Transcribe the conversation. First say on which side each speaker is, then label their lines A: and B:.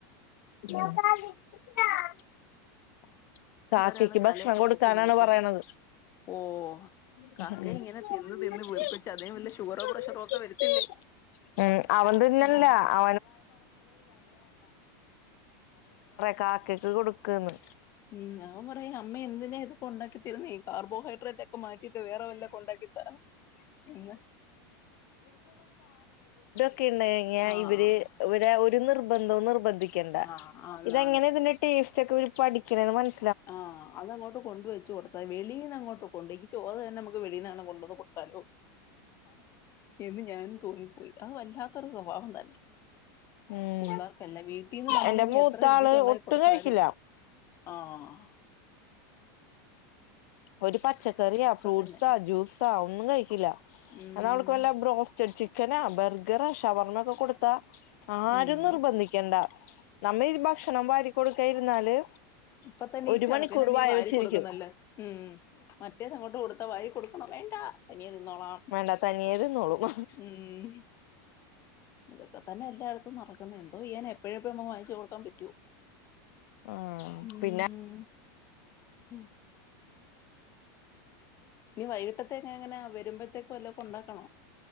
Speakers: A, on the left (about 55°); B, on the left (about 25°).
A: <unintelligible>
B: ഇവിടെ
A: കാക്കയ്ക്ക്
B: ഒരാള്
A: ഭക്ഷണം
B: തലയൊക്കെ
A: കൊടുക്കാനാണ്
B: പൊക്കി നോക്കുന്നു
A: പറയണത്.
B: ഓ
A: <unintelligible>
B: കാക്ക ഇങ്ങനെ തിന്ന് തിന്ന് വീർപ്പിച്ച് അതിന് വല്ല ഷുഗറോ പ്രഷറോ ഒക്കെ വരത്തില്ലേ
A: ഊ അവൻ തിന്ന്ന്ല്ലാ
B: ഉം
A: അ കാക്ക ന് <unintelligible> കൊടുക്ക്ന്ന്
B: ഉം അവൻ പറയും അമ്മേ എന്തിനാ ഇതൊക്കെ ഒണ്ടാക്കി തരുന്നേ കാർബോഹൈഡ്രേറ്റ് ഒക്കെ മാറ്റിട്ട് വേറെ വല്ലോം ഒക്കെ ഒണ്ടാക്കി താ എന്ന്
A: ക്കെ ഇണ്ടെങ്ങെ
B: ആഹ്
A: ഇവര് ഇവരെ ഒരു നിർ ബന്തോ നിർബ ന്ധിക്കണ്ട
B: ആഹ് ആന്ന്
A: ഇതെങ്ങനെയാ
B: ആന്ന്
A: ഇതിന്റ ടേസ് റ്റൊക്കെ ഇവര് പഠിക്കണേന്ന് മനസ്സ
B: ആഹ് അത് അങ്ങോട്ട് കൊണ്ടു വെച്ചു കൊടുത്താ വെളീന്നങ്ങോട്ട് കൊണ്ട് ഈ ചോറ് തന്നെ നമ വെളിന്നാണ് കൊണ്ടൊന്ന് കൊടുത്താലോ എന്ന് ഞാനും തോന്നിപ്പോയി അത് വല്ലാത്തൊരു സ്വഭാവം തന്നെ
A: ഉം
B: പുള്ളേർക്കല്ല വീട്ടിന്ന് നമ്മള്
A: എന്റെ
B: ഇനി
A: മൂത്താള്
B: എത്ര രുചിക്ക് ഉണ്ടാക്കി
A: ഒട്ടും
B: കൊടുത്താലും
A: കഴിക്കില്ല
B: ആ ആ
A: ഒരു പച്ചക്കറിയാ ഫ്രൂട്ട്സാ
B: തന്നെ
A: ജ്യൂസാ ഒന്നും കഴിക്കില്ല
B: ഉം
A: എന്നാ അവൾക്ക് വെല്ല ബ്രോസ്റ്റഡ് ചിക്കൻ ആ ബർഗറാ ഷവർമൊക്കെ കൊടുത്താ ആരും
B: ഉം
A: നിർബന്ധിക്കണ്ട നമ്മ ഈ ഭക്ഷണം വാരി കൊടുക്കാൻ ഇരുന്നാല്
B: ഇപ്പ തന്നെ
A: ഒരു
B: ഈ ചെർക്കന്
A: മണിക്കൂർ
B: നീ
A: വായ
B: വാരി
A: വെച്ചിരിക്കും
B: കൊടുക്കുന്നല്ല ഉം മറ്റേത് അങ്ങോട്ട് കൊടുത്ത വാരി കൊടുക്കണോ വേ വേണ്ടാ തനിയെ തിന്നോളാം
A: വേണ്ട തനിയെ തിന്നോളും
B: ഉം ഇതൊക്കെ തന്നെ എല്ലായിടത്തും നടക്കുന്നേ എന്തോ ചെയ്യാനാ എപ്പഴെപ്പഴും <unintelligible> വാങ്ങിച്ചു കൊടുക്കാൻ പറ്റോ
A: ആ
B: ഉം
A: പിന്നെ
B: ഉം ഇനി വൈകിട്ടത്തേക്കെങ്ങനാ വരുമ്പോഴത്തേക്ക് വല്ലതും ഒക്കെ ഉണ്ടാക്